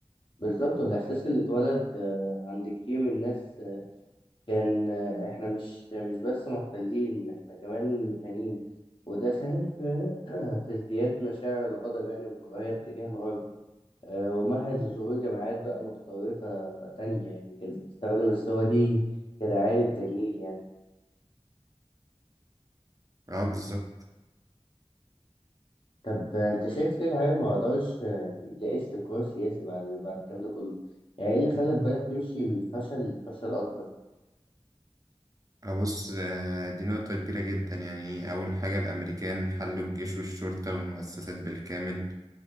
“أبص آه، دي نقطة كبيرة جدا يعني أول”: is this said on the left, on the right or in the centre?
Right